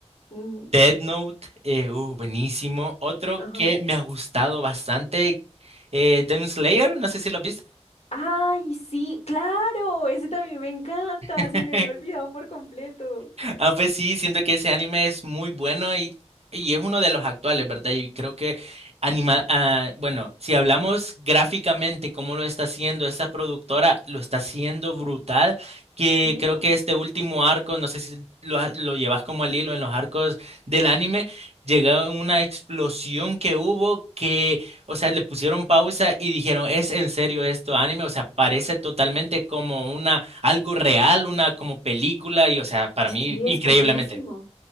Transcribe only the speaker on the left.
ujú,
Ajá.
Ay, sí, claro, ese también me encanta.
Se me había olvidado por completo.
Mm.
Sí,
es que es buenísimo.